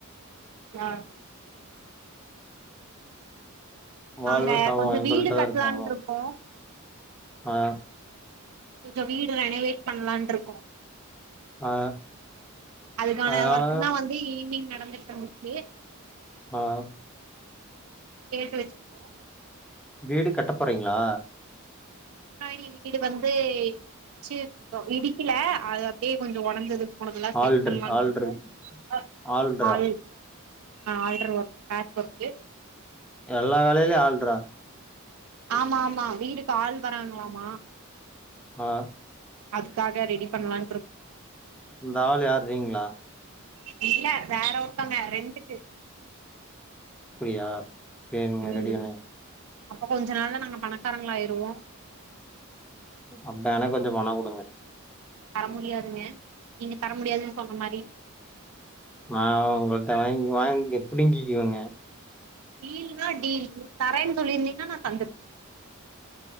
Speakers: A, on the right (about 80°); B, in the centre.
A: யாச்
B: வாழ்வோ
A: நாங்க
B: சாவோ
A: கொஞ்சம்
B: எங்கள்ட்டதா
A: வீடு கட்டலான்ட்டு
B: இருக்கு அம்மோ
A: இருக்கோம்
B: அ
A: கொஞ்ச வீடு ரெனவேட் பண்லான்ருக்கோ
B: ஆ
A: அதுக்கான
B: அதனால
A: ஒர்க்குதா வந்து ஈவ்னிங் நடந்துட்டு சி
B: அ
A: கேட்டு வச்சிப்போ
B: வீடு கட்டப்போறீங்ளா
A: முன்னாடி வீடு வந்து விச்சு இருந்தோ இடிக்கில அது அப்டியே கொஞ்சோ ஒடஞ்சது போனக்துலா செக்
B: ஆள்ரு
A: பண்லான்ருக்கோ
B: ஆள்ரு
A: அ
B: ஆள்ரா
A: ஆள் ஆல்டரு ஒர்க் பேட்ச் ஒர்க்கு
B: எல்லா வேலைலயு ஆள்றா
A: ஆமா ஆமா வீடுக்கு ஆள் வராங்ளாமா
B: அ
A: அதுக்காக ரெடி பண்ணலான்ருக்
B: இந்த ஆள் யார் நீங்ளா
A: இல்ல வேற ஒர்த்தங்க ரெண்ட்டுக்கு
B: ப்டியா சேரிங்க
A: ம்
B: ரெடிதானே
A: அப்ப கொஞ்ச நாள்ல நாங்க பணக்காரங்கள் ஆயிருவோ
B: அப்ப எனக்கொஞ்ச பணங்குடுங்க
A: தர முடியாதுங்க நீங்க தர முடியாது சொன்ன மாரி
B: அ உங்கள்ட்ட வாங்கி வாங்கி புடிங்கிக்கிவங்க
A: டீல்னா டீல் நீ தரேன் சொல்லீர்ந்தீங்ன்னா நா தந்துர்ப்